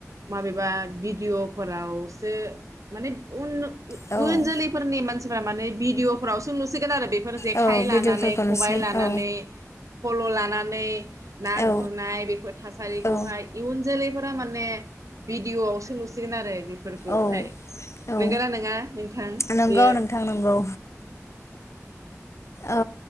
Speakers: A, on the right; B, on the left.
A: माबेबा भिडिअ' फोरावसो माने उन इय-इयुन
B: औ
A: जोलैफोरनि मानसिफ्रा माने भिडिअफ्रावसो नुसिगोन आरो बे फोर जेखाय
B: औ भिडिअफोरखौ
A: लानानै खबाय
B: नुसिगोन
A: लानानै
B: औ
A: फल' लाना <unintelligible> नागुर
B: औ
A: नाय बेफोर थासारिखौहाय
B: औ
A: इयुन जोलै फोरा माने भिडिअ आवसो नुसिगोन आरो बि फोरखौहाय
B: औ औ
A: नोंगोना नोङा नोंथां
B: नंगौ
A: बेयो
B: नोंथां नंगौ औ